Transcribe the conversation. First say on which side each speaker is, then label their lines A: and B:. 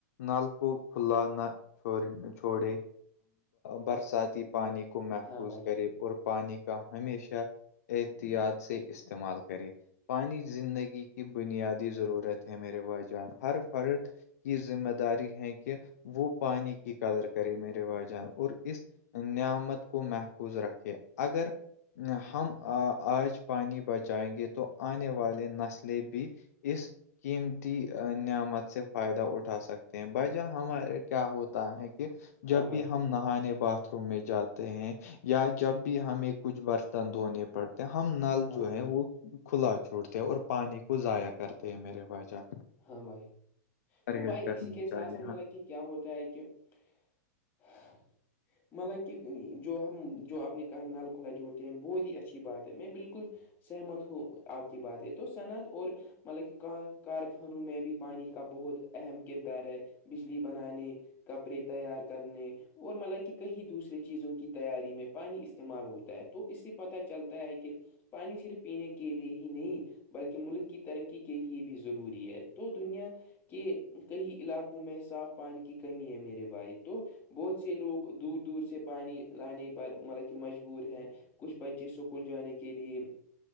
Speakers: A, on the left (about 60°); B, on the left (about 20°).
A: نل کو کھلا نہ چھڑ چھوڑے برساتی پانی کو محفوظ
B: ہاں بھائی جان
A: کرے اور پانی کا ہمیشہ احتیاط سے استعمال کریں پانی زندگی کی بنیادی ضرورت ہے میر رے بھائی جان ہر فرد کی ذمہ داری ہے کہ وہ پانی کی قدر کرے میں روا جان اور اس نعمت کو محفوظ رکھے اگر ہم آج پانی بچائیں گے تو آنے والے نسلیں بھی اس قیمتی نعمت سے فائدہ اٹھا سکتے ہیں بھائی جان ہمارے کیا ہوتا ہے کہ
B: ہاں
A: جب بھی
B: بھائی
A: ہم نہانے بات روم میں جاتے ہیں یا جب بھی ہمیں کچھ برتن دھونے پڑتے ہم نل
B: ہاں
A: جو ہے
B: بھائی
A: وہ کھلا چھوڑتے ہیں اور پانی کو ضائع کرتے ہیں میرے بائی جان
B: ہاں بھائی
A: پرہیز
B: تو بھائی
A: کرنا
B: اسی کے
A: چاہیے
B: ساتھ مطلب
A: ہاں
B: کہ کیا ہوتا ہے کہ <inaudible> مطلب کی جو ہم جو اپنے کہاں نل کھلا جوڑتے ہیں بہت ہی اچھی بات ہے میں بالکل سہمت ہو آپ کی بات ہے تو صنعت اور مطلب کہ کار انوں میں بھی پانی کا بہت اہم کردار ہے بجلی بنانے کپڑے تیار کرنے اور مطلب کہ کہیں دوسرے چیزوں کی تیاری میں پانی استعمال ہوتا ہے تو اس سے پت چلتا ہے کہ پانی صرف پینے کے لئے ہی نہیں بلکہ ملک کی ترقی کے لئے بھی ضروری ہے تو دنیا کہ کئی علاقوں میں صاف پانی کی کمی ہے میرے بھائی تو بہت سے لوگ دور دور سے پانی لانے پر مطلب کہ مجبور ہیں کچھ بچے اسکول جانے کے لیے